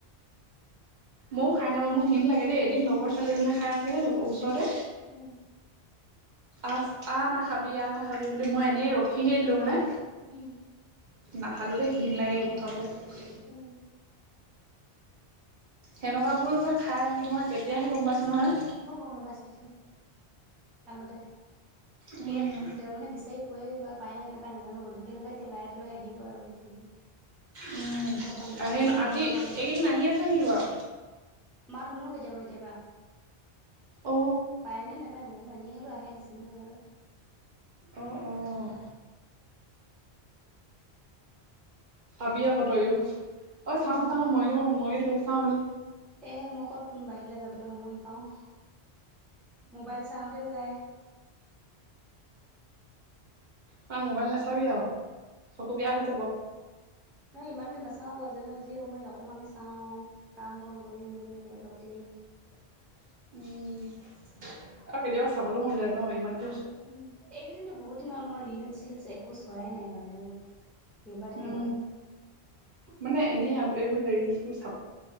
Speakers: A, on the right; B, in the centre.
A: মইও খাই নাপাওঁ মোৰ ঘীণ লাগে দেই। এদিন লগৰ ছোৱালী এজনীয়ে খাই আছিলে ওচৰতে।
B: উম।
A: আ আ নাখাবি আ নাখাবি বুলি মই এনেই ৰখিহে দিলোঁ মানে।
B: উম।
A: নাখালোঁ দেই ঘীণ লাগে সেইবোৰ খাবলৈ।
B: উম।
A: সেনেকুৱাবোৰো যে খাই বুলি মই তেতিয়াহে গম পাইছো নহয়।
B: মই গম নাপাইছিলো চোন আগতে।
A: উম
B: ইয়াত মানে বিচাৰি <unintelligible> পায় নাই নাপায় নাজানো গধূলি হ'লে এতিয়া লাইট লৈ আহিব আৰু গোটেইখিনি।
A: উম
B: চবফালে সিফালে
A: সেই
B: লাইট
A: আজি
B: মাৰিবই।
A: এইকেইদিন আহি আছে নেকি বাৰু
B: মাত শুনো কেতিয়াবা কেতিয়াবা।
A: অ
B: পায় নে নাপায় নাজানো এনেই হ'লেও আহে কিছুমানে বাৰু।
A: অ', অ'। চাবি আকৌ তইও অ' চাওঁ
B: উম
A: চাওঁ মইও মই ধৰি চাওঁ
B: এ মই ক'ত বাহিৰলে যাবলৈ সময় পাওঁ। মোবাইল চাওঁতে যায়।
A: তই মোবাইল নাচাবি আৰু চকু বেয়া হৈ যাব।
B: নহয় ইমানকে নাচাও বাৰু জানো যি সময়ত অকমানে চাও কাম বন কৰি মেলি অলপ দেৰি।
A: <inaudible> উম আৰু কেতিয়াবা চাবলৈ মন যায় ন ইমান
B: উম, এইকেইদিনো বহুত দিন মই ৰিলচ চিলচ একো চোৱাই নাই মানে বহুত। কেইবাদিন
A: উম
B: হ'ল।
A: মানে এনেই এইবোৰ ৰিলচ <unintelligible>